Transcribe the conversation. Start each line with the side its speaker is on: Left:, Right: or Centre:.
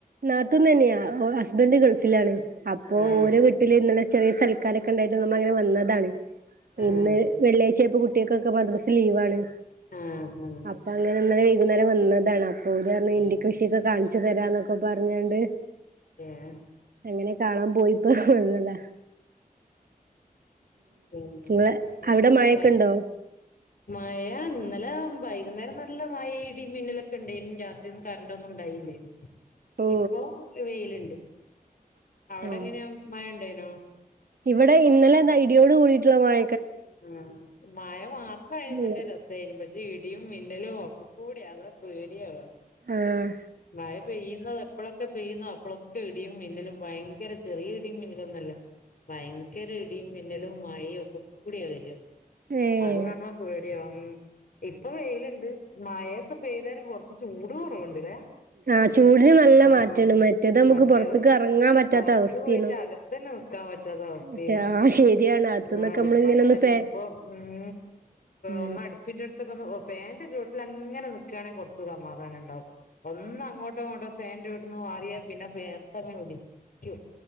Right: നാത്തൂൻ തന്നെയാ ഓ ഹസ്ബൻഡ് ഗൾഫിലാണ് അപ്പോ
Left: ആഹ്
Right: ഓരോ വെ വീട്ടില് ഇന്നലെ ചെറിയൊരു സൽക്കാരൊക്കെ ഉണ്ടായിട്ട് നമ്മെ അങ്ങനെ വന്നതാണ്
Left: ആഹ്
Right: ഇന്ന് വെള്ളിയാഴ്ച ആയപ്പൊ കു ട്ടിക്കൊക്കെ മദ്രസ ലീവാണ്
Left: ആഹ് ആഹ്
Right: അപ്പൊ അങ്ങനെ ഇന്നലെ വൈകുന്നേരം വന്നതാണ് അപ്പൊ ഓര് പറഞ്ഞ് ഇൻ്റെ
Left: ഏഹ്
Right: കൃഷിയൊക്കെ കാണിച്ചു തരാന്നൊക്കെ പറഞ്ഞാണ്ട്
Left: ഏഹ്
Right: അങ്ങനെ കാണാൻ പോയിപ്പോ വന്നതാ
Left: ഉം
Right: നിങ്ങളെ
Left: വ
Right: അവിടെ മഴയൊക്കെ
Left: നേ
Right: ഉണ്ടോ
Left: മയ ഇന്നലെ വൈകുന്നേരം നല്ല മഴ ഇടി മിന്നിലൊക്കെ ഉണ്ടായിനി രാത്രി കരണ്ടൊന്നും ഉണ്ടായില്ലേനി
Right: ഓ
Left: ഇപ്പോ വെയിലണ്ട് അവിടെ
Right: ആഹ്
Left: എങ്ങനെയാ മഴ ഉണ്ടേനോ
Right: ഇവിടെ ഇന്നലെ ഇത ഇടിയോട് കൂടിയിട്ടുള്ള മഴ
Left: ആഹ് മഴ മാത്രായിരുന്നുന്റെ
Right: ഇല്ല
Left: രസ സനും പക്ഷെ ഇടിയും മിന്നലും ഒക്കെ കൂടിയാ അതാ പേടിയാവാ
Right: ആഹ്
Left: മയ പെയ്യുന്നത് എപ്പളൊ ക്കെ പെയ്യുന്നോ അപ്പളൊക്കെ ഇടിയും മിന്നലും ഭയങ്കര ചെറിയ ഇടിയും മിന്നലൊന്നല്ല ഭയങ്കര ഇ ടിയും മിന്നലും മഴയും ഒക്കെ കൂടിയ വര
Right: ഏഹ്
Left: അത് കാണുമ്പോ പേടിയാവും ഇപ്പൊ വെയില്ണ്ട് മഴയൊക്കെ പെയ്തേര കുറച്ച് ചൂട് കുറവുണ്ട്ല്ലേ
Right: ആഹ് ചൂടിന് നല്ല
Left: ആഹ്
Right: മാറ്റണ്ട് മറ്റേത് നമുക്ക്
Left: മറ്റേത്
Right: പുറത്തേക്ക് ഇറങ്ങാൻ പറ്റാത്ത
Left: പുറത്ത്
Right: അവസ്ഥേനു
Left: പോയിട്ട് അകത്തന്നെ ക്കാപറ്റാത്ത അവസ്ത്തേനു
Right: മറ്റേ ആഹ് ശരിയാണ് അകത്തുന്നൊക്കെ
Left: ആഹ്
Right: നമ്മള്
Left: പ്പ
Right: ഇങ്ങനെ
Left: അങ്ങനെൽ
Right: ഒന്ന് ഫാൻ
Left: നിൽപ്പൊ ഉം
Right: ഉം
Left: ഒന്ന് അട് പ്പിന്റെ അടുത്ത് നിൽക്കുമ്പോ ഓ പ്പിൻ്റെട്ത്തക്കന്ന് ഒ ഫാന്റെ ചോട്ടില ങ്ങനെ നിക്കാണെങ്കി കൊർച്ച് സമാധാനണ്ടാവും ഒന്നങ്ങോട്ടോ ങ്ങോട്ടോ ഫാൻ്റെ ചോട്ട്ന്ന് മാറിയാ പിന്നെ വേയർത്തങ്ങനെ ഒലിക്യും